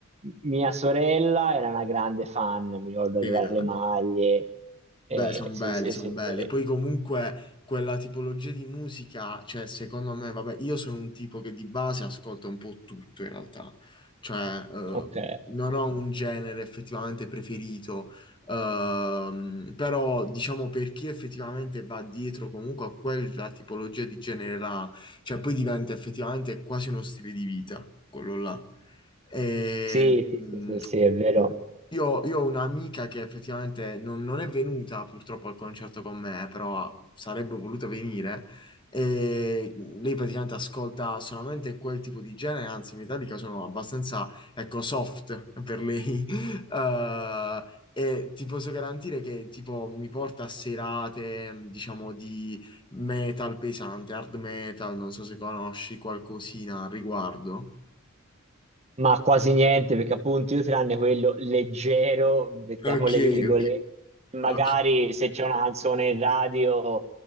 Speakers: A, on the right (about 30°); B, on the left (about 25°).
A: mia sorella era una grande fan, mi ricordo
B: dei
A: aveva
B: Metallica.
A: le maglie.
B: Beh,
A: Eh,
B: sono
A: sì,
B: belli,
A: sì,
B: sono
A: sì,
B: belli.
A: sì.
B: Poi comunque quella tipologia di musica, cioè secondo me, vabbè, io sono un tipo che di base ascolta un po' tutto in realtà. Cioè, eh,
A: Ok.
B: non ho un genere effettivamente preferito, Ehm, però diciamo per chi effettivamente va dietro comunque a quella tipologia di genere là, cioè poi diventa effettivamente quasi uno stile di vita, quello là. E,
A: Sì, sì,
B: mh,
A: sì, sì, sì, è vero,
B: io, io ho un'amica che effettivamente non, non è venuta purtroppo al concerto con me, però sarebbe voluta venire. E lei praticamente ascolta solamente quel tipo di genere, anzi, i Metallica sono abbastanza, ecco, soft per lei. <laughs> Eh, e ti posso garantire che tipo mi porta a serate, diciamo, di metal pesante, hard metal, non so se conosci qualcosina al riguardo.
A: ma quasi niente perché appunto io tranne quello leggero, mettiamo
B: Ok,
A: le virgolette,
B: ok.
A: magari
B: Ok,
A: se c'è una canzone in radio